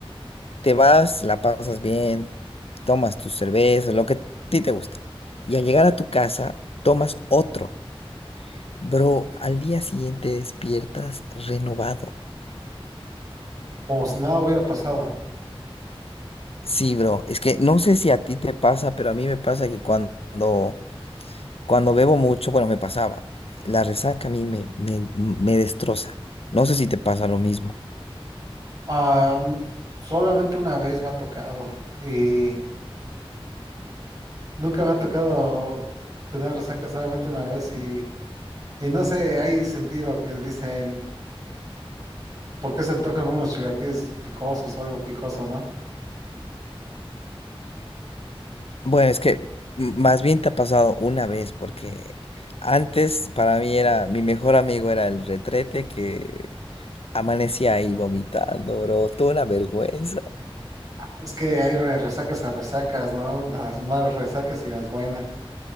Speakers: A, on the left (about 75°); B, on the right (about 35°).
A: te vas, la pasas bien, tomas tus cervezas, lo que a ti te gusta. Y al llegar a tu casa, tomas otro. Bro, al día siguiente despiertas renovado.
B: Como si nada hubiera pasado.
A: Sí, bro, es que no sé si a ti te pasa, pero a mí me pasa que cuando, cuando bebo mucho, bueno, me pasaba, la resaca a mí me, me, me destroza. No sé si te pasa lo mismo.
B: Ah, solamente una vez me ha tocado y nunca me ha tocado tener resaca solamente una vez y, y no sé, hay sentido que dicen, ¿por qué se antojan unos chilaquiles picosos o algo picoso, no?
A: Bueno, es que m- más bien te ha pasado una vez, porque antes para mí era, mi mejor amigo era el retrete que Amanecí ahí vomitando, bro. Toda una vergüenza.
B: Es que hay re- resacas a resacas, ¿no? Las malas resacas y las buenas.